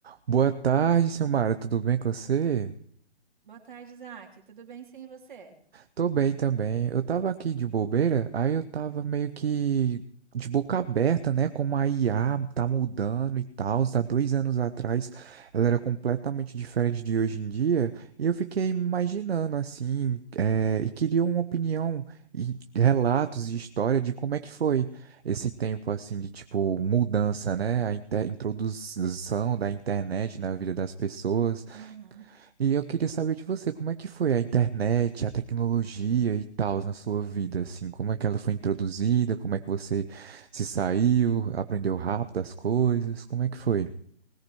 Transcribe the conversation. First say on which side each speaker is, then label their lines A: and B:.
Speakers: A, on the right (about 65°); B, on the right (about 45°).
A: Boa tarde, Silmara, tudo bem com você?
B: Boa tarde, Isaac. Tudo bem sim, e você?
A: Tô bem também. Eu tava aqui de bobeira, aí eu tava meio que de boca aberta, né? Como a IA tá mudando e tal. Há dois anos atrás ela era completamente diferente de hoje em dia. E eu fiquei imaginando assim, eh, e queria uma opinião e relatos de história de como é que foi esse tempo assim de tipo mudança, né? A inte- introdução da internet na vida das pessoas.
B: Uhum.
A: E eu queria saber de você, como é que foi a internet, a tecnologia e tal na sua vida, assim, como é que ela foi introduzida, como é que você se saiu, aprendeu rápido as coisas, como é que foi?